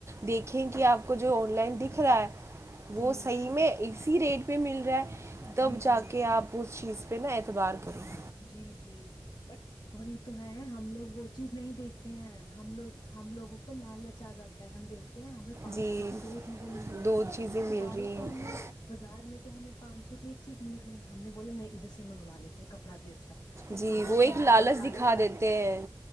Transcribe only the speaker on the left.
جی
جی
جی
جی جی بٹ وہی تو ہے ہم لوگ وہ چیز نہیں دیکھتے ہیں ہم لوگ ہم لوگوں کو لالچ آ جاتا ہے ہم دیکھ ہمیں پانچ
سو کی دو چیزیں مل رہی
ہیں
تو
باہر
تو
ہمیں بازار میں تو ہمیں پانچ سو کی ایک چیز مل رہی ہے ہم نے بولا نہیں ادھر سے منگوا لیتے ہیں کپڑا بھی اچھا ہے جب
کپڑا
تمہارے
پاس
آئے گا